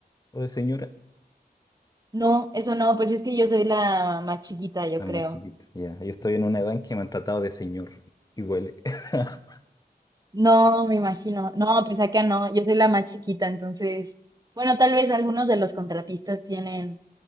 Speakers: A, on the left; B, on the right.
A: o de señora?
B: No, eso no, pues es que yo soy la más chiquita, yo
A: La
B: creo.
A: más chiquita. Ya, yo estoy en una edad en que me han tratado de señor y duele. <laughs>
B: No, me imagino. No, pues acá no, yo soy la más chiquita, entonces, bueno, tal vez algunos de los contratistas tienen